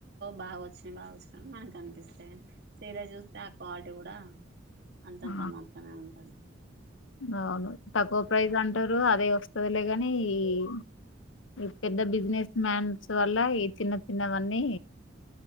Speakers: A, on the right; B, on the left.
A: బాగా వచ్చినాయి బాగా వచ్చినా మనకు అనిపిస్తాయి చీర చూస్తే ఆ క్వాలిటీ కూడా అంతంతా
B: ఆ
A: మాత్రమే ఉంటుంది
B: అవును తక్కువ ప్రైజ్ అంటారు అదే వస్తుందిలే కాని ఈ పెద్ద బిజినెస్ మ్యాన్స్ వల్ల ఈ చిన్న చిిన్నవన్నీ